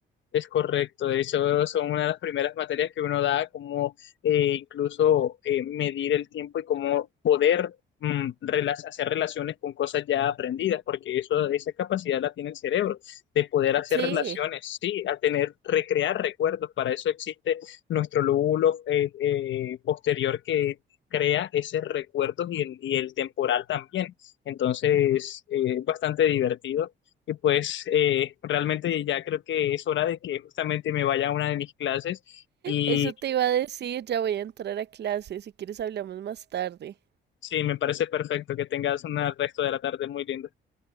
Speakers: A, on the left (about 70°); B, on the right (about 60°).
A: Es correcto, de hecho son una de las primeras materias que uno da, como eh, incluso eh, medir el tiempo y cómo poder mm, rela- hacer relaciones con cosas ya aprendidas, porque eso, esa capacidad la tiene el cerebro, de poder hacer
B: Sí,
A: relaciones, sí, a tener, recrear recuerdos, para eso existe nuestro lóbulo eh, eh, posterior que crea esos recuerdos y el, y el temporal también, entonces eh, es bastante divertido y pues eh, realmente ya creo que es hora de que justamente me vaya a una de mis clases y
B: eso te iba a decir, ya voy a entrar a clase, si quieres hablamos más tarde.
A: sí, me parece perfecto que tengas un resto de la tarde muy linda.